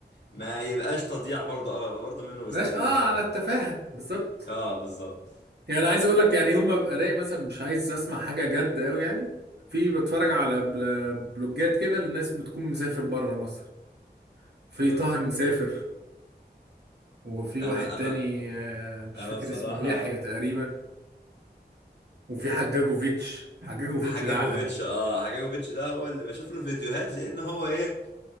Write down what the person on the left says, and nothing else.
ما يبقاش تضييع برضه او ابقى برضه منه بستفيد
ف
اه بالظبط
ف...
انا
انا
انا
بصراحه
حجاجوفيتش
اه حجاجوفيتش ده هو اللي بشوف له فيديوهات لان هو ايه